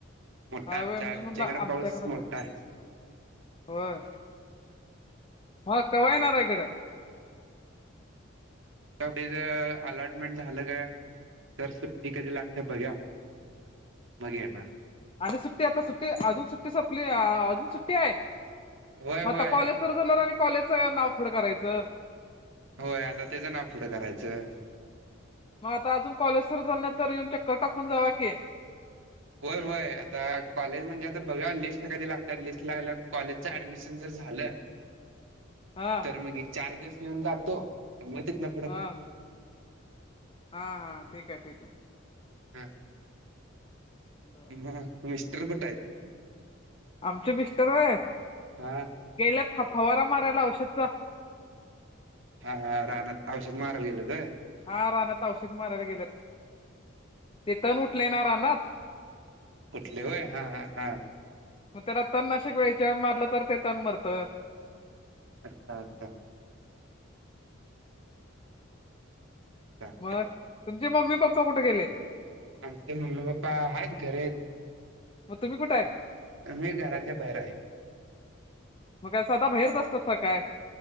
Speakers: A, on the right; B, on the left.
A: मोठा
B: हाय
A: आमच्या
B: होय मी
A: आमच्याकड
B: म्हटलं आमच्याकडच
A: पाऊस मोठा आहे.
B: होय मग कवा येणार इकडं?
A: जर <unintelligible> अलॉटमेंट झालं, काय तर सुट्टी कधी लागते बघुया. मग येणार
B: आणि सुट्टी, आता सुट्टी अजून सुट्टी सपली अजून सुट्टी आहे
A: होय
B: मग
A: होय
B: आता कॉलेज सुरू झाल्यावर आणि कॉलेजचं नाव पुढं करायचं.
A: होय आता त्याचं नाव पुुढं करायचं.
B: मग आता अजून कॉलेज सुरू झाल नाही, तर येऊन चक्कर टाकून जावा कि.
A: होय होय आता कॉलेज म्हणजे आता बघा लिस्ट कधी लागतात लिस्ट लागयला कॉलेज ऍडमिशन जर झालं
B: हा.
A: तर मग चार दिवस येऊन जातो आणि तिथनं मग
B: हा, हा हा ठीक आहे ठीक आहे.
A: हम
B: बर
A: ह मिस्टर कुठं आहेत?
B: आमचे मिस्टर होय
A: हा
B: गेल्यात फवारा मारायला औषधच.
A: हा हा रानात औषध माराय गेल्यात व्हय.
B: हा रानात औषध मारायला गेलेत, ते तन उठलेय ना रानात.
A: उठलय होय हा हा हा.
B: मग त्याला तण नाशक वेळच्या वेळी मारलं तर ते तण मरत.
A: अच्छा अच्छा चालतय
B: मग तुमचे मम्मी, पप्पा कुठे गेले
A: आमचे मम्मी, पप्पा आहेत घरी आहेत.
B: म तुम्ही कुठं आहे?
A: मी घराच्या बाहेर हाय.
B: मग काय सदा बाहेरच असतासा काय?